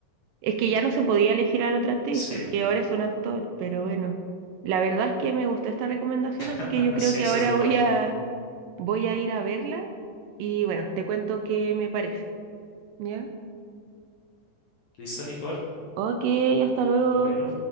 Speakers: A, on the right; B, on the left.
A: Es que ya no se podía elegir a la otra actriz
B: Sí,
A: porque ahora es un actor, pero bueno. La verdad es que me gustó esta recomendación, así
B: <laughs>
A: que yo
B: así
A: creo que
B: se
A: ahora
B: supone.
A: voy a voy a ir a verla y bueno, te cuento qué me parece. ¿Ya?
B: ¿Listo, Nicole?
A: Ok, hasta luego.
B: Bueno.